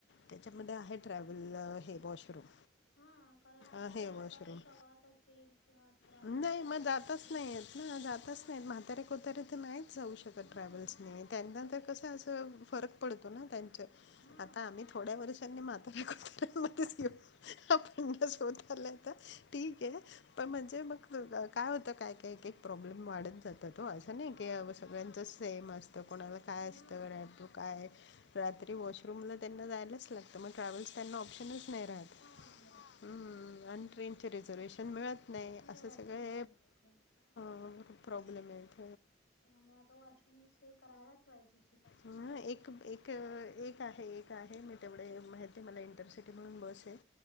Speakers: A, on the left; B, on the left.
A: त्याच्यामध्ये
B: हां
A: आहे ट्रॅव्हल हे वॉशरूम
B: हा कारण अस
A: आहे
B: एखाद
A: वॉशरूम
B: प्रवास असेल किंवा अस रात्रीच्या
A: नाही मग
B: वेळेस
A: जातच
B: उतरत.
A: नाही आहेत ना जातच
B: हां
A: नाहीत म्हातारे कोत्याारे तर नाहीच जाऊ शकत
B: हां
A: ट्रॅव्हल्सने त्यांना
B: तस
A: तर कसं असं फरक पडतो ना त्यांच
B: हां
A: आता आम्ही थोड्या वर्षांनी माता पिकत. म आपणसोतलाता ठीक
B: हां
A: आहे. पण म्हणजे मग काय होतं काय काय एक प्रॉब्लेम वाढत जात त हो असं. नाही
B: हां
A: की अ सगळ्यांच
B: तेच
A: सेम
B: ना
A: असतं कोणाला काय
B: हां
A: असतं. काय रात्री वॉशरूमला त्यांना जायलाच लागतं मग ट्रॅव्हल्स त्यांना ऑप्शनच नाही राहत.
B: हा आमर
A: हम्म आणि ट्रेनचे रिझर्वेशन मिळत नाही
B: मिळत
A: असं सगळ.
B: नाही लवकर
A: हो प्रॉब्लेम येत.
B: त्यामुळे आता वॉशरूम सेय करायलाच पाहिजे श
A: ह एक एक एक आहे एक. आहे मी तेवढे माहती मला इंटरसिटी म्हणून बसे